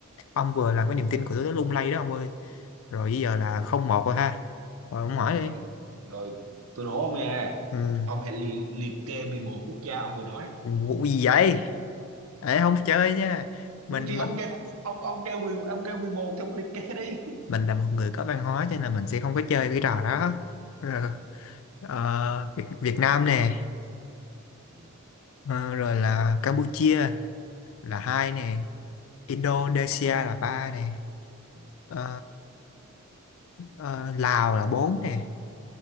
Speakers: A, on the left; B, on the right.
A: ông vừa làm cái niềm tin của tôi nó lung lay đó ông ơi rồi bây giờ là không một rồi ha rồi ông hỏi
B: Rồi,
A: đi
B: rồi tôi đố ông nha.
A: ừ.
B: Ông hãy liệt, liệt kê 11 quốc gia ông vừa nói.
A: vụ gì vậy Ê, không chơi nha mình,
B: Ừ, thì ông
A: mình
B: kêu ông ông kêu 10 ông kêu 11 thì ông liệt kê đi.
A: mình là một người có văn hóa cho nên là mình sẽ không có chơi cái trò đó rồi, ờ, Việt, Việt Nam nè
B: Ừ,
A: ờ, rồi là Campuchia là hai nè
B: ừ,
A: Indonesia
B: ừ,
A: là ba nè
B: ừ,
A: ờ, ờ, Lào là bốn nè